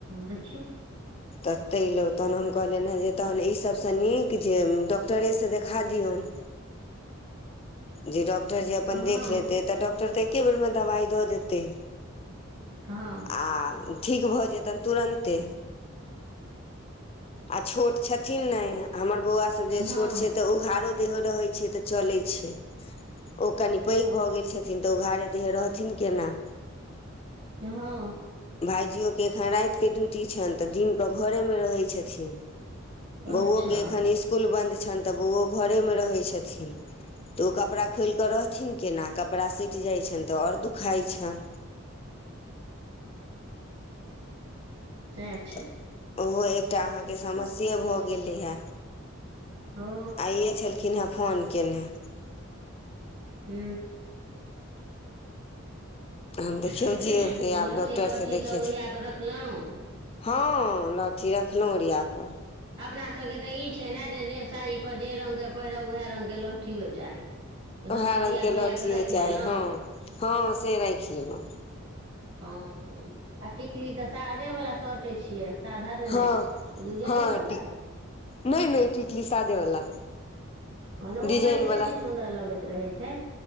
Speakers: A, on the right; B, on the left.
A: देखियौ
B: तऽ तेलय तखन हम कहलियनि हँ जे तहन ईसभसँ नीक जे डॉक्टरेसँ देखा दियौन जे डॉक्टर जे अपन देख
A: हँ
B: लेतै तऽ डॉक्टर तऽ एके बेरमे दबाइ दऽ देतै
A: हँ
B: आ ठीक भऽ जेतनि तुरन्ते आ छोट छथिन ने हमर बौआ सब जे
A: हँ
B: छोट छै तऽ उघाड़ो देहो रहै छै तऽ चलै छै ओ कनि पैघ भऽ गेल छथिन तऽ ओ उघोड़े देहे रहथिन केना
A: <unintelligible>
B: भाइजियोक एखन रातिके ड्यूटी छनि तऽ दिनकऽ घरेमे रहै छथिन बौओके
A: अच्छा
B: एखन स्कुल बन्द छनि तऽ बौओ घरेमे रहै छथिन तऽ ओ कपड़ा खोलि कऽ रहथिन केना कपड़ा सटि जाइत छनि तऽ आओर दुखाइत छनि
A: सएह छै
B: तऽ ओहो एकटा अहाँके समस्या से भऽ गेलै हे
A: ओ
B: आइये छलखिन हँ फोन केने
A: हू
B: अब देखियौ
A: तऽ
B: जे होय
A: लहठी
B: आब डॉक्टर
A: तहठी
B: से देखेथिन
A: सब ओरिया कऽ रखलहुँ
B: हँ लहठी रखलहुँ ओरिया कऽ
A: अपनासभके तऽ ई छै ने जे जे साइीपर जे रंगके पहिरब उएह रंगके लहठिओ चाही तऽ सभटा
B: ओएह
A: ओरिया
B: रंग के लहठियो
A: पोरिया कऽ राखि
B: चाही
A: लेलहुँ
B: हँ हँ से राखि लेलहुँ
A: हँ आ टिकली तऽ सादे बला सटै छियै साधारणे
B: हँ
A: की डिजाईनो
B: हँ
A: बला
B: नहि नहि टीकली सादेवला
A: ह
B: डिजाइनवला
A: ओ कनि बेसी सुन्दर लगैत रहै छै